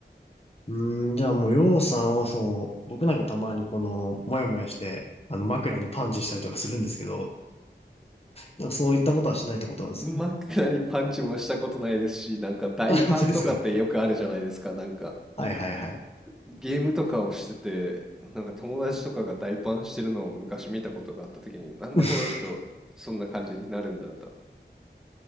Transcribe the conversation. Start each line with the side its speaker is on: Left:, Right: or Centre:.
Left: うーん、じゃあもう、ようさんはそう、僕なんかたまにこの、もやもやして、あの、枕にパンチしたりとかするんですけど、なんかそういったことはしないってことなんです。
Centre: 真っ暗にパンチもしたことないですし、なんか大パンとかってよくあるじゃないですか。
Left: あ、本当ですか。
Centre: なんか
Left: はい、はい、はい。
Centre: ゲームとかをしてて、なんか友達とかが大パンしてるのを昔見たことがあった時に、なんでこの人そんな感じになるんだろうと。
Left: <laughs>